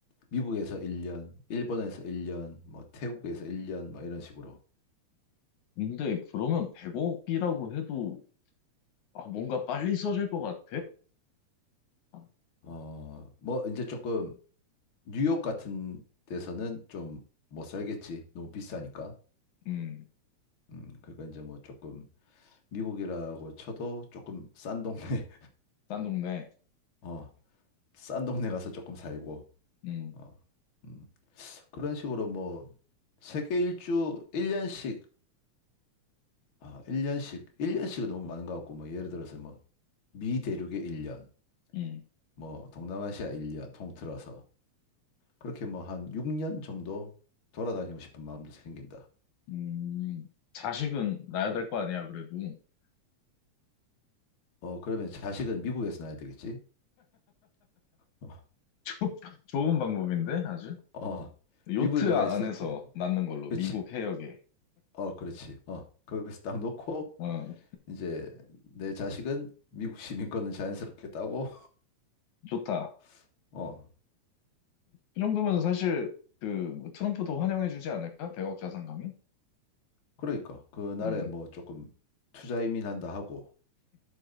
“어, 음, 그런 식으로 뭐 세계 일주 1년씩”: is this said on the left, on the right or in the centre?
Left